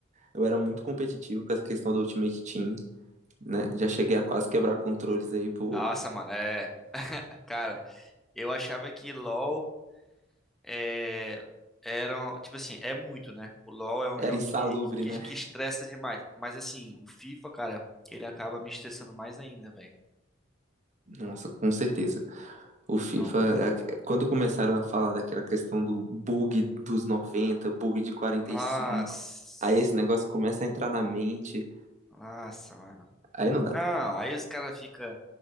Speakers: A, on the right (about 35°); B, in the centre.
A: Eu era muito competitivo com essa questão do Ultimate Team, né? Já cheguei a quase quebrar controles aí por
B: Nossa, mano, é. <laughs> Cara, eu achava que LoL é... era. um- Tipo assim, é muito, né? O LoL é um
A: era
B: jogo
A: insalubre,
B: que, que,
A: né?
B: que estressa demais. Mas assim, o FIFA, cara, ele acaba me estressando mais ainda, velho.
A: Nossa, com certeza. O FIFA,
B: Não.
A: a- quando começaram a falar daquela questão do bug dos 90, bug de quarenta
B: Nossa.
A: e cinco, aí esse negócio começa a entrar na mente,
B: Nossa, mano.
A: aí não dá.
B: Não, aí os caras ficam.